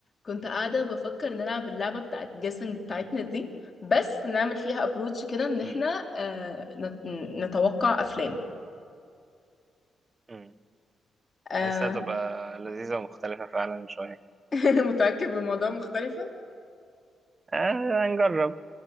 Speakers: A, on the left (about 40°); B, on the right (about 35°).
A: كنت قاعدة بفكر نلعب اللعبة بتاعت جيسنج بتاعتنا دي بس نعمل فيها ابروتش كده ان احنا
B: امم
A: آه نت- نتوقع افلام
B: امم
A: آه
B: حاسسها تبقى لذيذة ومختلفة فعلا شوية
A: <laughs> متأكد من الموضوع مختلفة
B: آه هنجرب